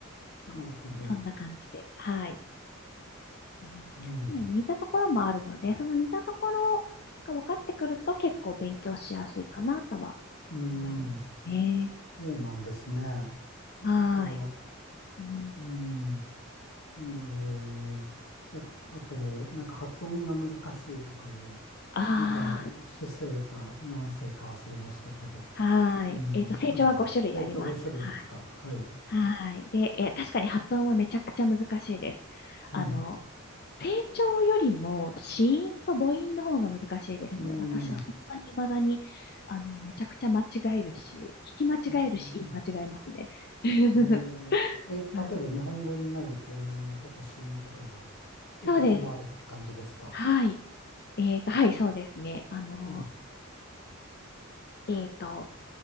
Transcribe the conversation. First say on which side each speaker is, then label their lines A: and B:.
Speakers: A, on the left; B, on the left.
A: そうそんな感じです。
B: なるほど。
A: はい。うんなので似たところもあるので、
B: うん。
A: その似たところが分かってくると結構勉強しやすいかなとは
B: うーん。
A: 思いますね。
B: そうなんですね。なんか、
A: はーい。
B: う
A: うん、
B: ーん。あのーやあと、なんか発音が難しいとかいう、
A: あ
B: なんか主声か何声か忘れましたけど、
A: あ、はーい。
B: うん。
A: えっと、成長は5種類あります。
B: あの、成長5種類ですか。
A: はい。
B: はい。
A: はい。で、えー、確かに発音はめちゃくちゃ難しいです。
B: はい。
A: あの、声調よりも子音と母音の方が難しいですね。
B: うん。
A: 私は本当に未だに、あの、めちゃくちゃ間違えるし、聞き間違えるし、
B: えー
A: 言い間違えますね。<laughs>
B: えーえ例えば日本語にない母音とか子音とかが
A: はい。
B: いくつもあるって感じですか
A: そうです。はい。えっと、はい、そうですね。あの、
B: ええ、
A: えっと、